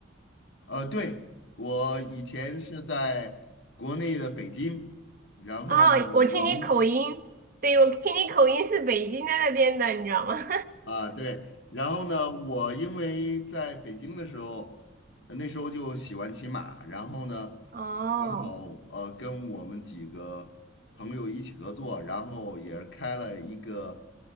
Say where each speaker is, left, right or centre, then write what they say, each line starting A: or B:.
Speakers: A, on the left; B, on the right.
A: 呃，对，我以前是在国内的北京。然后呢，
B: 哦，我听你口音，
A: 我们
B: 对，我听你口音是北京的那边的，你知道吗？
A: 啊，对，然后呢，我因为在北京的时候，呃那时候就喜欢骑马，然后呢，
B: <laughs> 哦，
A: 正好呃跟我们几个朋友一起合作，然后也是开了一个